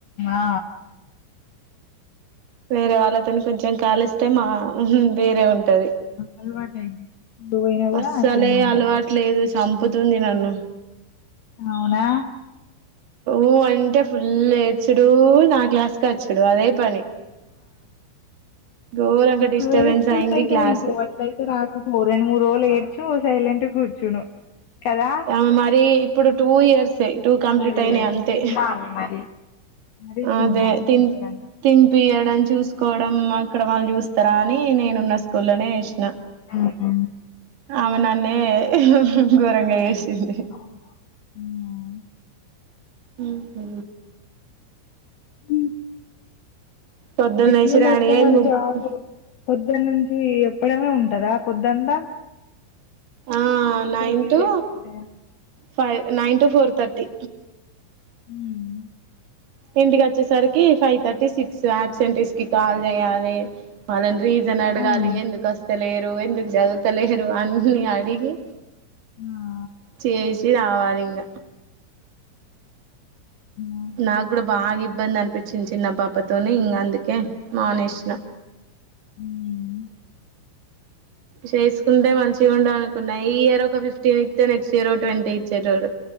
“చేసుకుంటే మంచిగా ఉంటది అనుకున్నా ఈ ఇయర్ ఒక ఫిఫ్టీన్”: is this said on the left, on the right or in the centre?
Right